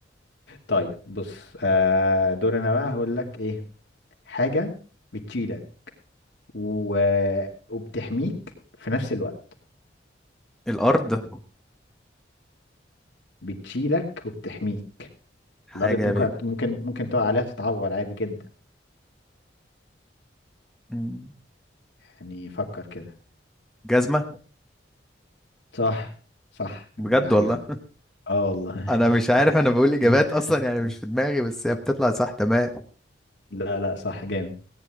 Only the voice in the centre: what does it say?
الارض
حاجه
بي...
مم.
جزمه
بجد
والله
انا مش عارف انا بقول اجابات
اصلا يعني مش في دماغي بس هي بتطلع صح تمام